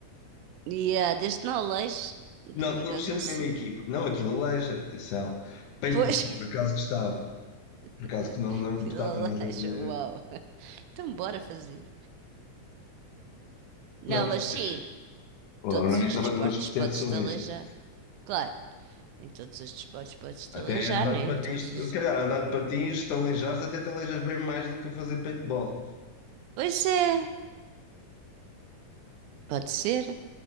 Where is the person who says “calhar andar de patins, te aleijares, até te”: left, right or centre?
Left